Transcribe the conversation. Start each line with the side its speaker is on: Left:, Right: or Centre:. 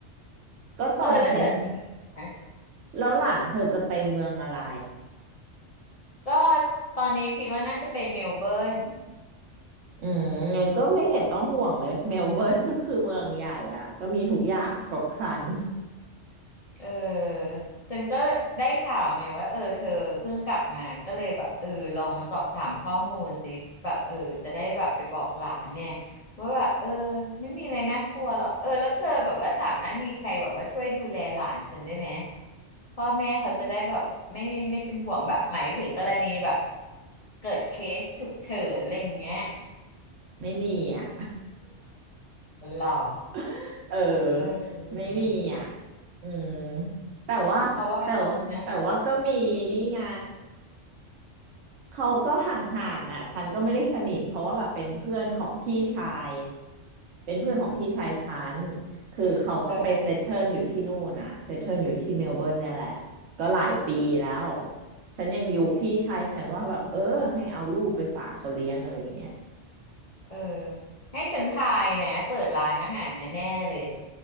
Right: ก็ตอนฉัน
Left: เออแล้วเดี๋ยวนี้นะ
Right: แล้วหลานเธอจะไปเมืองอะไร
Left: ก็ตอนนี้คิดว่าน่าจะไปเมลเบิร์น
Right: อืมงั้นก็ไม่เห็นต้องห่วงเลย เมลเบิร์นก็คือเมืองใหญ่อ่ะ ก็มีทุกอย่างครบครัน
Left: เออฉันก็ได้ข่าวไงว่าเออเธอเพิ่งกลับมาก็เลยแบบเออลองมาสอบถามข้อมูลสิแบบเออจะได้แบบไปบอกหลานเนี่ยว่าแบบเออไม่มีอะไรน่ากลัวหรอกเออแล้วเธอแบบว่าสามารถมีใครแบบว่าช่วยดูแลหลานฉันได้ไหมพ่อแม่เขาจะได้แบบไม่ไม่เป็นห่วงแบบหมายถึงกรณีแบบเกิดเคสฉุกเฉินอะไรอย่างเงี้ย
Right: <laughs> ไม่มีอ่ะ
Left: หรอ
Right: <laughs> เออ
Left: เออ
Right: ไม่มีอ่ะอืมแต่ว่าแต่
Left: เพราะว่านะ
Right: แต่ว่าก็มีนี่ไง เขาก็ห่างๆอ่ะฉันก็ไม่ได้สนิทเพราะว่าแบบเป็นเพื่อนของพี่ชายเป็นเพื่อนของพี่ชายฉันคือเขาก็ไปเซตเทิลอยู่ที่นู่นอ่ะเซตเทิลอยู่ที่เมลเบิร์นเนี่ยแหละ
Left: เออ
Right: ก็หลายปีแล้วฉันยังอยู่พี่ชายฉันว่าแบบเออให้เอาลูกไปฝากเขาเลี้ยงอะไรอย่างเงี้ย
Left: เออให้ฉันทายนะเปิดร้านอาหารแน่ๆเลย